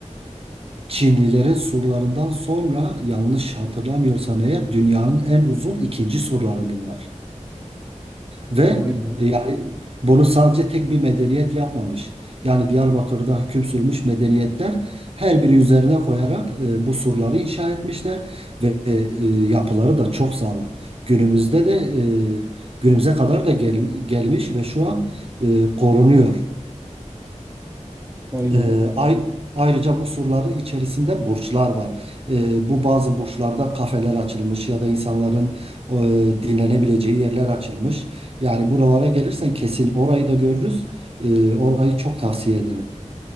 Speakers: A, on the right (about 50°); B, on the right (about 15°).
A: Çinlilerin surlarından sonra yanlış hatırlamıyorsam eğer dünyanın en uzun ikinci surları bunlar. Ve
B: Vay be.
A: e, yani bunu sadece tek bir medeniyet yapmamış. Yani Diyarbakır'da hüküm sürmüş medeniyetler her biri üzerine koyarak e, bu surları inşa etmişler ve e, e, yapıları da çok sağlam. Günümüzde de e, günümüze kadar da gel- gelmiş ve şu an e, korunuyor.
B: Vay be.
A: Ee, ay- ayrıca bu surların içerisinde burçlar var. Ee, bu bazı burçlarda kafeler açılmış ya da insanların e, dinlenebileceği yerler açılmış. Yani buralara gelirsen kesin orayı da görürüz. Ee, orayı çok tavsiye ederim.